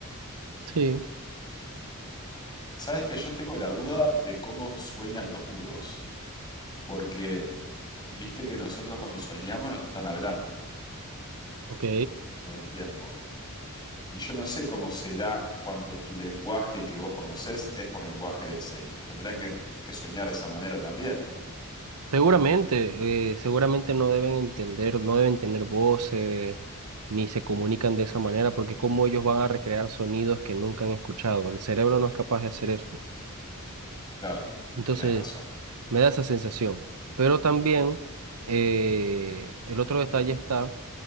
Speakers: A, on the right; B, on the left.
A: Sí,
B: Sabes que yo tengo la duda de cómo sueñan los mudos, porque viste que nosotros cuando soñamos nos están hablando
A: ok.
B: todo el tiempo. Y yo no sé cómo será cuando tu lenguaje que vos conocés es por lenguaje de señas. Tendrán que, que soñar de esa manera también.
A: Seguramente, eh, seguramente no deben entender, no deben tener voces, ni se comunican de esa manera, porque cómo ellos van a recrear sonidos que nunca han escuchado. El cerebro no es capaz de hacer eso.
B: Claro,
A: Entonces,
B: tienes razón.
A: me da esa sensación. Pero también, eh, el otro detalle está